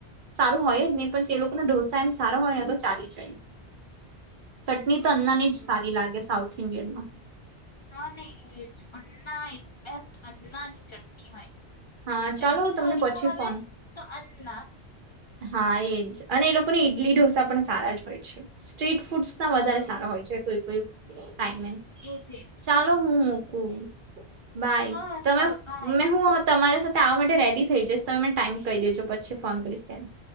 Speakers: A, on the right; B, on the left.
A: સારું હોય જ નહીં પણ તે લોકોના ઢોસા એમ સારો હોય એ તો ચાલી જાય. ચટણી
B: હમ
A: તો અન્નાની જ સારી લાગે સાઉથ ઇન્ડિયન માં
B: હા ને એજ અન્ના એ બેસ્ટ અન્ના ની ચટણી હોય.
A: હા
B: ચટણી
A: ચાલો હું તમને
B: કોની
A: પછી
B: ભાવે
A: ફોન
B: તો અન્ના.
A: હા, એજ અને એ લોકોને ઈડલી ઢોસા પણ સારા જ હોય છે. સ્ટ્રીટ ફૂડ્સ ના
B: હા
A: વધારે સારા હોય છે કોઈ કોઈ ટાઈમ મે.
B: એજ એજ
A: ચાલો હું હુએ. બાય
B: હા
A: તમે
B: સારું બાય
A: મે હું તમારે સા તો આવા માટે રેડી થઈ જઈશ તમે મને ટાઈમ કહી દેજો પછી ફોન કરીશ તેમ.